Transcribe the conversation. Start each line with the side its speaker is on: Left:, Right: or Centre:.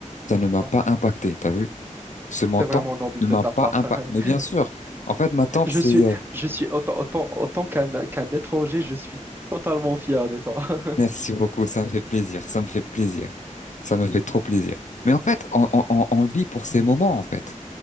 Left: ça ne m'a
Right: Non,
Left: pas impacté. T'as vu? Ce montant
Right: c'est vraiment noble
Left: ne
Right: de
Left: m'a
Right: ta part.
Left: pas impacté.
Right: <laughs>
Left: Mais bien sûr, en fait, ma tante,
Right: Je
Left: c'est...
Right: suis,
Left: euh,
Right: je suis autant, autant, autant qu'un qu'un étranger, je suis totalement fier de toi. <laughs>
Left: Merci beaucoup, ça me fait plaisir, ça me fait plaisir, ça me fait trop plaisir. Mais en fait, on, on, on on vit pour ces moments, en fait.